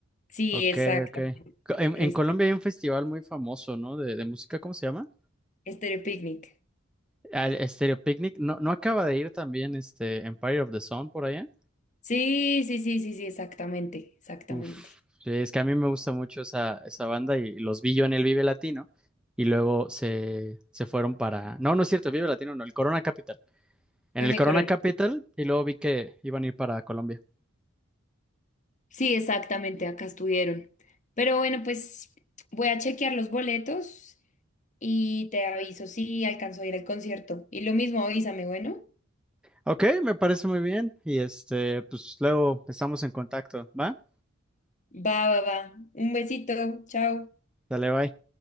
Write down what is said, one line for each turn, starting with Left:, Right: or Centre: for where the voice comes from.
Left: Sí,
Centre: Ok,
Left: exacto.
Centre: ok. Co- En,
Left: Es-
Centre: en Colombia hay un festival muy famoso, ¿no? De, de música, ¿cómo se llama?
Left: Estéreo Picnic.
Centre: Al Stereo Picnic. ¿No, no acaba de ir también este Empire of the Sun por allá?
Left: Sí, sí, sí, sí, sí, exactamente, exactamente.
Centre: Uf, sí, es que a mí me gusta mucho esa, esa banda y los vi yo en el Vive Latino y luego se, se fueron para... No, no es cierto, el Vive Latino no, el Corona Capital. En
Left: En
Centre: el
Left: el
Centre: Corona
Left: Corona.
Centre: Capital y luego vi que iban a ir para Colombia.
Left: Sí, exactamente, acá estuvieron. Pero bueno, pues voy a chequear los boletos y te aviso si alcanzo a ir al concierto. Y lo mismo, avísame, bueno.
Centre: Ok, me parece muy bien y este, pues luego estamos en contacto, ¿va?
Left: Va, va, va. Un besito, chao.
Centre: Dale, bye.